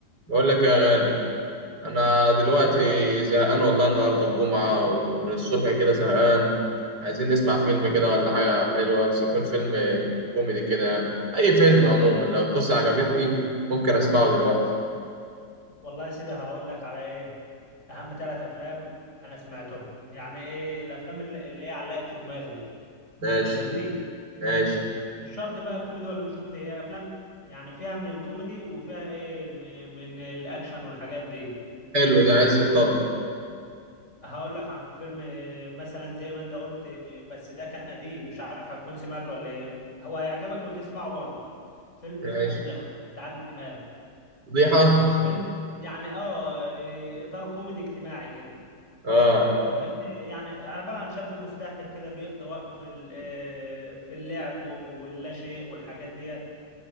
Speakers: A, on the right; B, on the left.
A: بقول لك يا غالي انا دلوقتي
B: إيه
A: زهقان والله النهارده الجمعه ومن الصبح كده زهقان عايزين نسمع فيلم كده ولا حاجه حلوه بس يكون فيلم كوميدي كده يعني اي فيلم عموما لو القصه عجبتني ممكن اسمعه دلوقتي
B: والله يا سيدي هقول لك على ايه اهم ثلاث افلام انا سمعتهم يعني ايه الافلام اللي اللي هي علقت في دماغي
A: ماشي
B: انت فاهمني
A: ماشي
B: مش شرط بقى كوميدي ولا مش كوميدي هي افلام يعني فيها من الكوميدي وفيها ايه م- من الاكشن والحاجات دي
A: حلو ده عز الطلب
B: هقول لك عن فيلم إيه، مثلا زي ما انت قلت إيه، بس ده كان قديم مش عارف هتكون سمعته ولا إيه. هو هيعجبك وتسمعه برضه فيلم
A: ماشي
B: اسمه فضيحة لعادل امام
A: فضيحه
B: فيلم يعني اه إيه، اطار كوميدي اجتماعي كده
A: اه
B: انت فاهمني يعني عباره عن شاب مستهتر كده بيقضي وقته في ال- آه، في اللعب واللا شيء والحاجات ديت